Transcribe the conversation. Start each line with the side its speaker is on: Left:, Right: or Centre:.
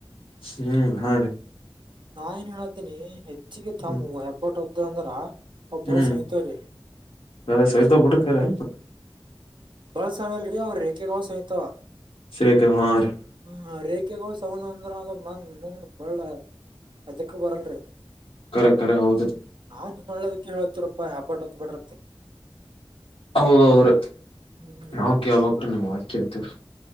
Left: ಹ್ಮ್ ಹಾ ರೀ
Right: ನಾ ಏನ್ ಹೇಳತೀನಿ ಹೆಚ್ಚಿಗಿ ಥಮ್
Left: ಹ್ಮ್
Right: ಹೆಬ್ಬಟ್ಟ ಒತ್ತೆ ಅಂದ್ರ. ಅವ್
Left: ಹ್ಮ್
Right: ಬಳ್ ಸಹಿತವ್ರಿ
Left: ಅ ಸವಿತ ಬುಡ್ರಿ ಕರೆ.
Right: ಬಳ್ಳ ಸಂವ್ಯಲ್ರಿ ಅವ್ ರೆಕೆಗೋಳ ಸಾವಿಂತವ
Left: ಶ್ರೀರೇಖಾ ಹಾ ರೀ
Right: ಹ ರೇಖೆಗೋಳ ಸ್ ಸಂವದು ಅಂದ್ರ ಅದು ಮಂದ ಮುಂದ್ ಬಳ್ಳ ಯದುಕು ಬರಲ್ರಿ.
Left: ಕರೆ ಕರೆ ಹೌದ್ರಿ.
Right: ಆದ್ ಒಳ್ಳೇದಕೆ ಹೇಳತಿವರಪ್ಪಾ ಹೆಬ್ಬಟ್ ಒತ್ತಬ್ಯಾಡ್ರಿ ಅತ್ತಿ.
Left: ಔರಿ
Right: ಹ್ಮ್
Left: ನಾವ್ ಕೇಳ್ಬೇಕ್ರಿ ನೀಮ್ ಮಾತ್ ಕೇಳ್ತೇವ್ರಿ.